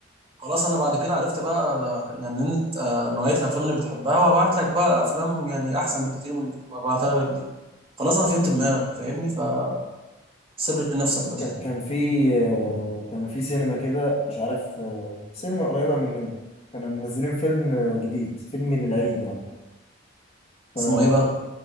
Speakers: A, on the right (about 30°); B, on the left (about 35°).
A: خلاص انا بعد كده عرفت بقى يعني انت آه، نوعيه الافلام اللي بتحبها وابعت لك بقى افلام يعني احسن بكتير من اللي كنت ببعتها لك دي خلاص انا فهمت دماغك فاهمني فسيب لي نفسك بس
B: كان كان في آه، كان في سينما كده مش عارف آه، سينما قريبة مننا كانوا منزلين فيلم آه، جديد فيلم للعيد يعني ف-
A: اسمه ايه بقى
B: ف-